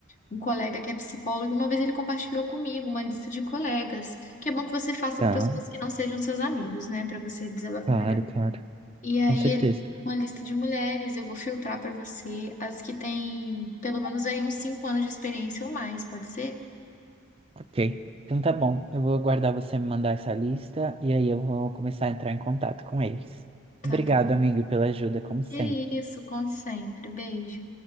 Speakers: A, on the left; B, on the right.
A: um colega que é psicólogo, uma vez ele compartilhou comigo uma lista de colegas, que é bom que você faça
B: Tá,
A: com pessoas que não sejam seus amigos, né, para você desabafar
B: claro,
A: melhor.
B: claro.
A: E aí
B: Com certeza.
A: ele uma lista de mulheres, eu vou filtrar para você as que têm pelo menos aí uns cinco anos de experiência ou mais, pode ser?
B: Ok. Então tá bom. Eu vou aguardar você me mandar essa lista e aí eu vou começar a entrar em contato com eles.
A: Tá
B: Obrigado,
A: bom.
B: amigo, pela ajuda, como
A: Que
B: sempre.
A: isso, conte sempre. Beijo.